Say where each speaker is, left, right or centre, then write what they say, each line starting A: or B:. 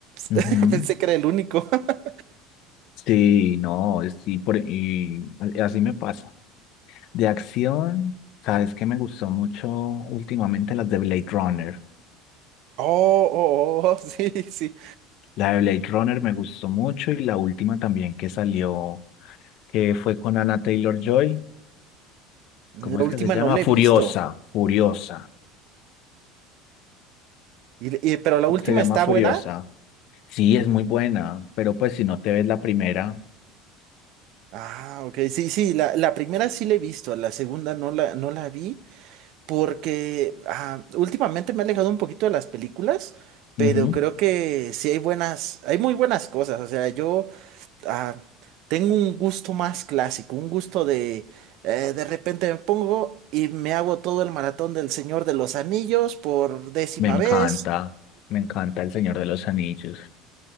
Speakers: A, on the left; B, on the right.
A: ujú.
B: <laughs> Pensé que era el único. <laughs>
A: Sí, no, es- sí, por, y a- así me pasa. De acción, ¿sabes que me gustó mucho últimamente? Las de Blade Runner.
B: Oh, oh, oh, sí, sí.
A: La de Blade Runner me gustó mucho y la última también que salió, que fue con Anna Taylor-Joy.
B: La
A: ¿Cómo es
B: última
A: que se llama?
B: no la
A: Furiosa,
B: he visto.
A: Furiosa.
B: Y- y- pero la última
A: Se llama
B: está
A: Furiosa.
B: buena.
A: Sí, es muy buena, pero pues si no te ves la primera,
B: Ah, ok. Sí, sí, la, la primera sí la he visto, la segunda no la, no la vi porque ah, últimamente me he alejado un poquito de las películas, pero
A: ujú,
B: creo que sí hay buenas, hay muy buenas cosas. O sea, yo ah, tengo un gusto más clásico, un gusto de eh, de repente me pongo y me hago todo el maratón del Señor de los Anillos por décima
A: Me encanta,
B: vez.
A: me encanta El Señor de los Anillos.